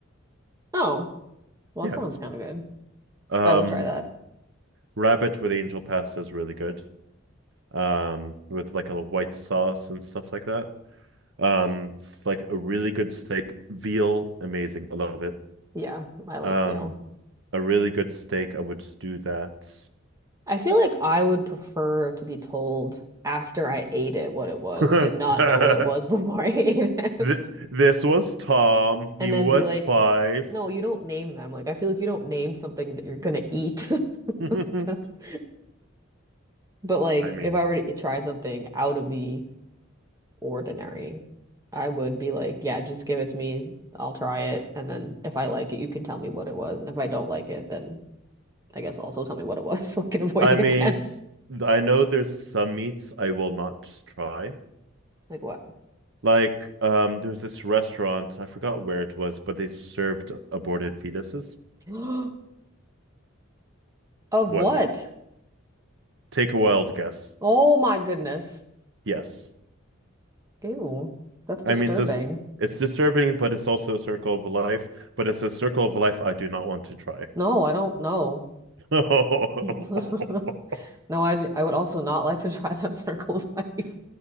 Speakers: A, on the right; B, on the right.
A: Oh. Well,
B: Yeah.
A: that sounds
B: it's-
A: kind of good.
B: Um,
A: I would try that.
B: rabbit with angel pasta is really good. Um, with like a white sauce and stuff like that. Um, it's like a really good steak, veal, amazing. I love it.
A: Yeah, I like
B: Um,
A: veal.
B: a really good steak, I would do that.
A: I feel like I would prefer to be told after I ate it what it was
B: <laughs>
A: and not know what it was <laughs> before I ate it.
B: Th- this was Tom.
A: And
B: He
A: then
B: was
A: be like,
B: five.
A: no, you don't name them. Like, I feel like you don't name something that you're gonna eat.
B: <laughs> I
A: <laughs> But like,
B: mean,
A: if I were to try something out of the ordinary, I would be like, yeah, just give it to me. I'll try it. And then if I like it, you can tell me what it was. And if I don't like it, then I guess also tell me what it was <laughs> so I can avoid
B: I
A: it
B: mean,
A: again.
B: s- I know there's some meats I will not just try.
A: Like what?
B: Like, um, there's this restaurant, I forgot where it was, but they served aborted fetuses.
A: <gasps> Of
B: What?
A: what?
B: Take a wild guess.
A: Oh my goodness.
B: Yes.
A: Ew, that's disturbing.
B: I mean, so it's, it's disturbing, but it's also a circle of life. But it's a circle of life I do not want to try.
A: No, I don't know.
B: <laughs>
A: <laughs> No, I, j- I would also not like to try that <laughs> circle of life.